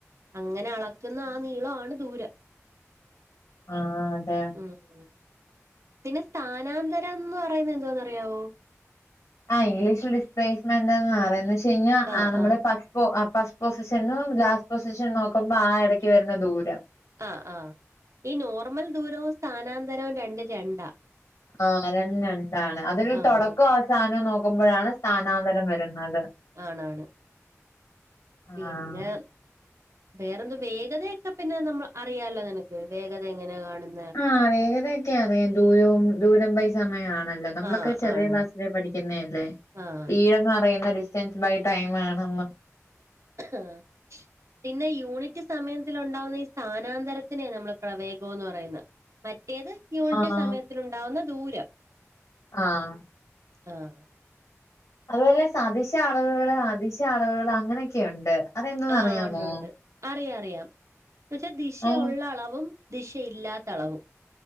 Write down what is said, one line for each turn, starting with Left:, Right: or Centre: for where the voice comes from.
Right: അങ്ങനെ അളക്കുന്ന ആഹ് നീളാണ് ദൂരം
Left: ആഹ് അതെ
Right: ഉം ഉം പിന്നെ സ്ഥാനാന്തരന്ന് പറയുന്ന എന്താന്ന്റിയാവോ
Left: ആഹ് ഇംഗ്ലീഷ് ഡിസ്പ്ലേസ്മെന്റ് എന്ന് പറയന്ന് വെച്ച് കഴിഞ്ഞാൽ
Right: ആഹ്
Left: നമ്മളെ
Right: ആഹ്
Left: ഫസ്റ്റ് ഫസ്റ്റ് പൊസിഷനും ലാസ്റ്റ് പൊസിഷൻ നോക്കുമ്പോ ആഹ് ഇടയ്ക്ക് വരുന്ന ദൂരം
Right: ആഹ് ആഹ് ഈ നോർമൽ ദൂരവും സ്ഥാനാന്തരവും രണ്ടും രണ്ടാ
Left: ആഹ് രണ്ടും രണ്ടാണ് അതൊരു
Right: ആഹ്
Left: തുടക്കവും അവസാനവും നോക്കുമ്പോഴാണ് സ്ഥാനാന്തരം വരുന്നത്
Right: ആണ് ആണ്
Left: ആഹ്
Right: പിന്നെ വേറെ എന്തു വേഗതയൊക്കെ പിന്നെ നമ്മൾ അറിയാലോ നിനക്ക് വേഗത എങ്ങനെയാ കാണുന്നേ
Left: ആഹ് വേഗതയൊക്കെ അറിയാം ദൂരവും ദൂരം ബൈ സമയവാണല്ലോ നമ്മളൊക്കെ
Right: ആഹ്
Left: ചെറിയ
Right: ആണാണ്
Left: ക്ലാസ്സ് ലെ പഠിക്കുന്നല്ലേ
Right: ആഹ്
Left: സ്പീഡ് എന്ന് പറയുന്നേ ഡിസ്റ്റൻസ് ബൈ ടൈം ആണെന്ന്
Right: ആഹ് പിന്നെ യൂണിറ്റ് സമയത്തിലുണ്ടാവുന്ന ഈ സ്ഥാനാന്തരത്തിനെയാ നമ്മള് പ്രവേഗം എന്ന് പറയുന്നേ മറ്റേത് യൂണിറ്റ്
Left: ആഹ്
Right: സമയത്തിലുണ്ടാവുന്ന ദൂരം
Left: ആഹ്
Right: ആഹ്
Left: അതുപോലെ സദിശ അളവുകള് അതിശ അളവുകള് അങ്ങനെയൊക്കെ ഉണ്ട് അതെന്തന്ന്
Right: ആഹ്
Left: അറിയാമോ
Right: ഉണ്ട് ഉണ്ട് അറിയാം അറിയാം <unintelligible> ദിശ
Left: ആഹ്
Right: ഉള്ള അളവും ദിശയില്ലാത്ത അളവും